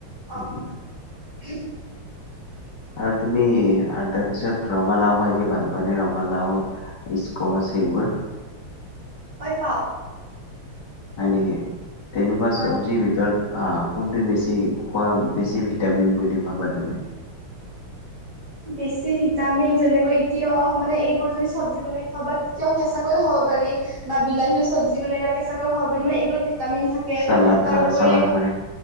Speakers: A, on the right; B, on the left.
A: অ
B: <inaudible>
A: <unintelligible>
B: আৰু তুমি আৰু তাৰ পিছত, ৰঙালাও খাই কি ভাল পোৱা নে! ৰঙালাও, স্কচ সেইবোৰ।
A: হয় পাওঁ।
B: হয় নেকি? তেনেকুৱা
A: হয়
B: চবজিৰ ভিতৰত অ'! কোনটো বেছি খুৱা? বেছি ভিটামিন বুলি ভাবা তুমি?
A: বেছি ভিটামিন যেনেকৈ তিয়হ, মানে, এইবোৰ যদি চব্জি বনাই খাব বা কিয় কেঁচাকৈও খাব পাৰি বা বিলাহীও চব্জি বনাই বা কেঁচাকৈয়ও খাব পাৰি। মানে, এইবোৰত ভিটামিন থাকে।
B: চালাদ
A: তাৰ
B: আহ
A: উপৰি
B: চালাদ বনাই